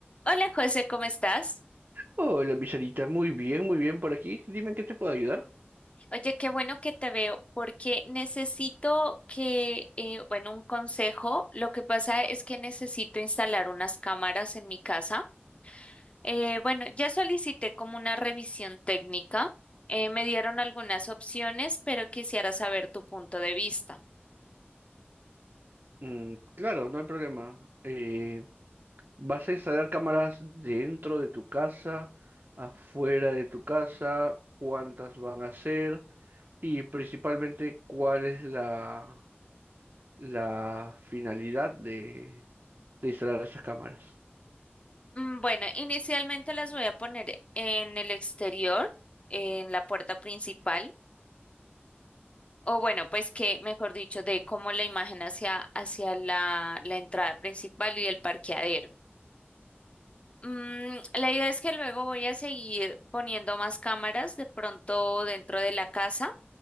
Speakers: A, on the left; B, on the right.
A: Hola José, ¿cómo estás?
B: Hola, Pizarita, muy bien, muy bien por aquí. Dime en qué te puedo ayudar.
A: Oye, qué bueno que te veo porque necesito que, eh, bueno, un consejo. Lo que pasa es que necesito instalar unas cámaras en mi casa. Eh, bueno, ya solicité como una revisión técnica. Eh, me dieron algunas opciones, pero quisiera saber tu punto de vista.
B: Mm, claro, no hay problema. Eh, ¿vas a instalar cámaras dentro de tu casa, afuera de tu casa? ¿Cuántas van a ser? Y principalmente, ¿cuál es la, la finalidad de, de instalar esas cámaras?
A: Mm, Bueno, inicialmente las voy a poner en el exterior, en la puerta principal. O bueno, pues que, mejor dicho, de cómo la imagen hacia, hacia la, la entrada principal y el parqueadero. Mm, la idea es que luego voy a seguir poniendo más cámaras de pronto dentro de la casa.